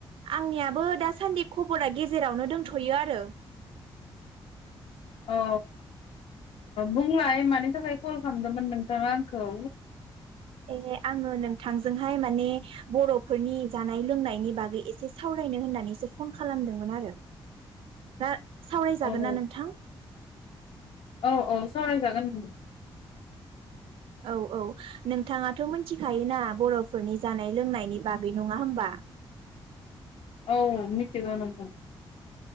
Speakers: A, on the right (about 80°); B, on the left (about 75°).
A: आंनियाबो दा सान्दि खबरा गेजेरावनो दों थ'यो आरो
B: औ बुंलाय मानि थाखाय कल खालामदोंमोन नोंथाङा आंखौ
A: ए आङो नोंथांजोंहाय माने बर'फोरनि जानाय लोंनायनि बागै एसे सावरायनो होननानैसो फन खालामदोंमोन आरो दा सावरायजागोन
B: औ
A: ना नोंथां।
B: औ औ सावरायजागोन।
A: औ औ नोंथाङाथ' मिथिखायोना बर'फोरनि जानाय लोंनायनि बागै नङा होमबा।
B: औ मिथिगौ नोंथां